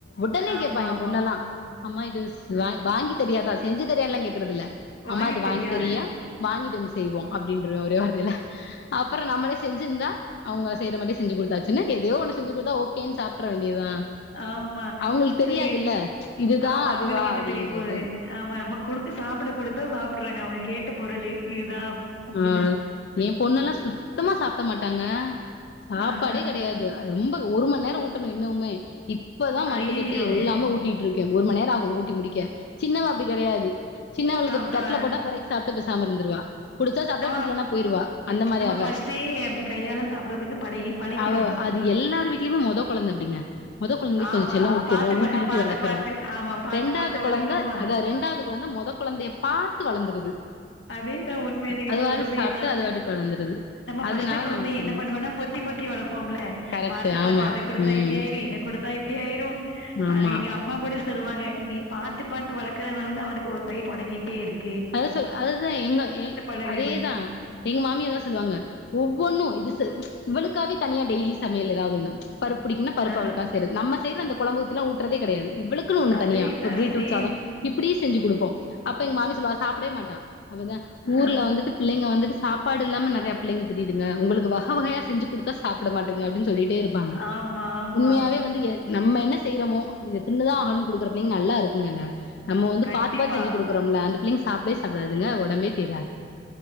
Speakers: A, on the left; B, on the left.
A: ஒடனே
B: ஆமா
A: கேட்பா என்
B: ஆமா
A: பொண்ணு எல்லா அம்மா இதுஸ் வாங் வாங்கி தெரியாதா செஞ்சு தரியானல்லா கேக்குறதில்ல
B: வாங்கி
A: அம்மா இது
B: தெரியா
A: தரியா வாங்கிட்டு வந்து செய்வோ அப்படின்ருவ ஒரே வார் தைல அப்புறோ நம்மளே செஞ்சு இந்தா அவுங்க செய்யர மாரியே செஞ்சு குடுத்தாச் சுனா எதேயோ ஒன்னு செஞ்சு குடுத்தா ஓகேன்னு சாப்பிட்டற வேண்டியதா
B: ஆமா
A: அவுங்களுக்கு தெரியாதுல்ல
B: சேம்
A: இதுதா
B: ஆமா
A: அதுவா
B: அவுங்களுக்கு என்ன
A: அப்டின்றது
B: தெரிய போது ஆமா நமக் குடுக்க சாப்புட குடுத்தா சாப்டுறாங்க அவுங்க கேட்ட பொருளே இதுதா
A: ஆஹ எ பொண்ணெல்லா சுத்தமா சாப்பிட மாட்டாங்க சாப்பாடே
B: ஆஹா
A: கெடையாது அ ரொம்ப து ஒரு மணி நேரோ ஊட்டணு இன்னுமே இப்பதா மல்லு
B: ஐயையோ
A: கட்டி எல்லாமே ஊட்டிட்டு இருக் க்கே ஒரு மண் நேரமாகு ஊட்டி முடிக்க சின்னவ அப்டி கெடையாது சின்னவளுக்கு
B: சாப்ட்ருவே
A: இப்டி தட்டுல போட்டா பொறைக் சாப்புட்டு பே சாமயிருந்துருவா பிடிச்சா சப்பிட
B: நம்ம
A: பிடிக்கலனா போயிருவா அந்த மாரி
B: நம்ம
A: அவ
B: ஃபர்ஸ்ட்டே அப்படி கையால சாப்பிடுறதுக்கு பழகி பழக்கிறணும்
A: அவ அது எல்லார் வீட்லயுமே மொத கொழந்த அப்பிடிங்க மொதல் கொழந்திகுகு கொஞ்சு
B: ஆமா
A: செல்ல ஊத்துடுறோம்
B: பாத்து
A: ஊட்டி
B: பா
A: ஊட்டி
B: பாத்து
A: வளக்குறோ
B: பாத்து ஆமா பாத்து
A: ரெண்டாவது
B: பாத்து
A: கொழந்த
B: வழக்கோமா
A: அத ரெண்டாவது கொழந்த மொத கொழந்தய பாத் த்து வளந்துருது
B: அதேதா உண்ம நீங்க
A: அது
B: சொல்றதேதா
A: வாட்டுக்கு சாப்ட்டு அது வாட்டுக்கு வளந்துருது
B: நம்ம
A: அதனால
B: பஸ்ட்டு கொழந்திய
A: நமக்கு தெரியல
B: என்ன பண்ணுவனா பொத்தி பொத்தி வளப்போம்முல்ல
A: கரெக்ட்
B: பாத்து பாத்து
A: ஆமா
B: அத கொடுத்தா
A: ம்
B: இப்பிடி ஆயிரு இத குடுத் தா எப்பிடி ஆயிரு
A: ஆமா
B: அஹ் எங்க அம்மா கூட சொல்லுவாங்க நீ பாத்து பாத்து வளக்குறதுனால தா அவனுக்கு ஒரு <unintelligible> கொடனிங்கிட்டே இருக்
A: அத சொல் அ <unintelligible> த்தா எங்க ஏய்
B: பழகுன்னு."
A: அதேதா எங்க மாமியா அதா சொல்லுவாங்க ஒவ்வொன்னு இது செவ் இவ்ளுக்காவே தனியா டெய்லி சமையல் ஏதாவுது ஒண்ணு பருப் புடிக்குனா பருப்பு
B: ஆ
A: அவுளுக்கா செய்ரது நம் செய்ர அந்த கொழம்பு ஊத்தி ஊட்ரதே கெடையாது இவ்வுளுக்குன்னு ஒன்
B: அதேதான்
A: தனியா ஒரு பீட்ரூட்
B: சேம்.
A: சாதோ இப்பிடி செஞ்சு குடுப்போ அப்ப எங்க மாமி சொல்லுவா சாப்புடே மாட்டா அவுந்தா
B: ஆ
A: ஊர்ல வந்துட்டு பிள்ளைங்க வந்துட் சாப்படு இல்லாம நெறைய பிள்ளைங்க தெரியிதுங்க உளுக்கு வக வகைய செஞ்சு குடுத்தா சாப்பட மாட்டறீங்க அப்டின் சொல்லிட்டே இருப்பாங்க
B: ஆமா, ஆமா.
A: உண்மையாவே வந்து எ நம்ம என்னஸ் செய்யிறமோ இத தின்னுதா ஆகன்னு குடுக்குற பிள்ளைங் நல்லா இருக்குங்குங்க நம்ம வந்து
B: கண்டிப்பா.
A: பாத்து பாத்து செஞ்சு குடுக்குறோமுல்ல அந்து பிள்ளைங் சாப்டவே சாப்டாதுங்க ஒடம்பே தீராது